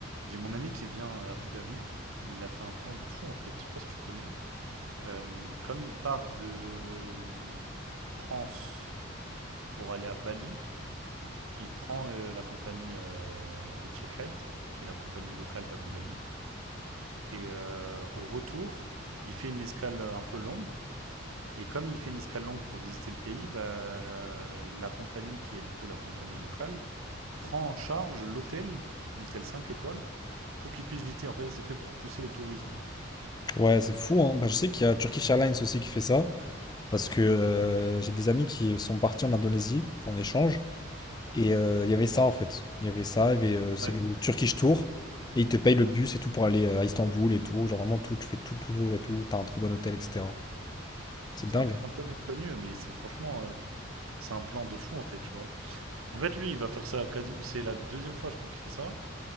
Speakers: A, on the right; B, on the left.
A: J'ai mon ami qui vient à Abu Dhabi. Il a fait un plan de fou en fait. Je sais pas si tu connais. Euh, comme il part de euh, France pour aller à Bali, il prend euh, la compagnie euh, Etihad, qui est la compagnie locale d'Abu Dhabi. Et euh, au retour, il fait une escale un peu longue. Et comme il fait une escale longue pour visiter le pays, bah, la compagnie qui est du coup la compagnie locale prend en charge l'hôtel, un hôtel 5 étoiles, pour qu'il puisse visiter. En fait, c'est fait pour pousser au tourisme.
B: Ouais, c'est fou, hein. Bah, je sais qu'il y a Turkish Airlines aussi qui fait ça, parce que euh, j'ai des amis qui sont partis en Indonésie pour un échange, et euh, il y avait ça en fait. Il y avait ça, il y avait, euh, c'est
A: Ouais,
B: le Turkish Tour, et ils te payent le bus et tout pour aller euh, à Istanbul et tout, genre vraiment tout, tu fais tout le tour et tout, t'as un trop bon hôtel, etc. C'est
A: c'est
B: dingue.
A: un truc un peu méconnu, mais c'est franchement, euh, c'est un plan de fou en fait, tu vois. En fait, lui, il va faire ça, quasi- c'est la deuxième fois, je crois, qu'il fait ça.